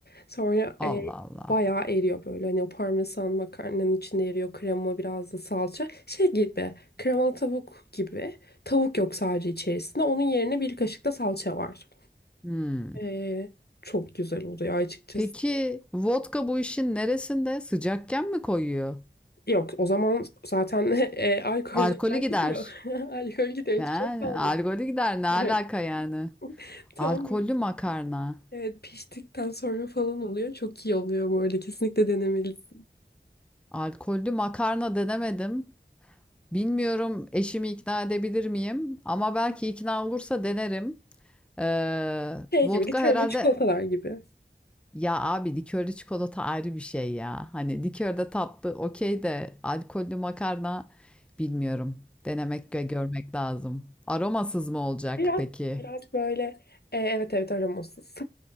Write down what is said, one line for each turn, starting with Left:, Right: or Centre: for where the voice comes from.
Left: Sonra
Centre: Allah
Left: e,
Centre: Allah.
Left: bayağı eriyor böyle. Hani o parmesan makarnanın içinde eriyor. Krema biraz da salça. Şey gibi. Kremalı tavuk gibi. Tavuk yok sadece içerisinde. Onun yerine bir kaşık da salça var.
Centre: Hmm.
Left: Ee, çok güzel oluyor açıkçası.
Centre: Peki vodka bu işin neresinde? Sıcakken mi koyuyor?
Left: Yok o zaman zaten <laughs> e, alkol
Centre: Alkolü
Left: zaten
Centre: gider.
Left: gidiyor. <laughs> Alkol gidiyor.
Centre: Yani,
Left: Hiçbir şey kalmıyor.
Centre: alkolü gider. Ne alaka
Left: Evet.
Centre: yani?
Left: <laughs> Tamam.
Centre: Alkollü makarna.
Left: Evet piştikten sonra falan oluyor. Çok iyi oluyor bu arada. Kesinlikle denemelisin.
Centre: Alkollü makarna denemedim. Bilmiyorum eşimi ikna edebilir miyim? Ama belki ikna olursa denerim. Ee,
Left: Şey
Centre: vodka
Left: gibi likörlü
Centre: herhalde
Left: çikolatalar gibi.
Centre: Ya abi likörlü çikolata ayrı bir şey ya. Hani likörde tatlı okey de alkollü makarna bilmiyorum. Denemek ve görmek lazım. Aromasız mı olacak
Left: <laughs> Biraz
Centre: peki?
Left: biraz böyle e, evet evet aromasız.